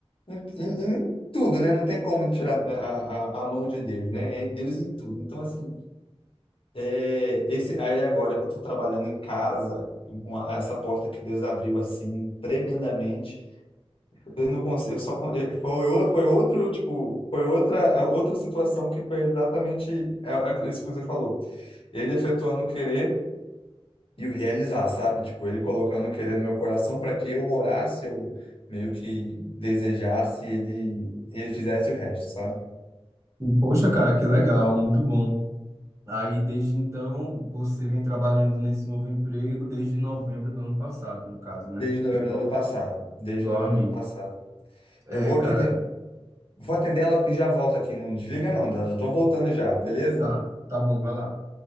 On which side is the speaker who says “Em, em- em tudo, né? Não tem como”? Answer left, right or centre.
Left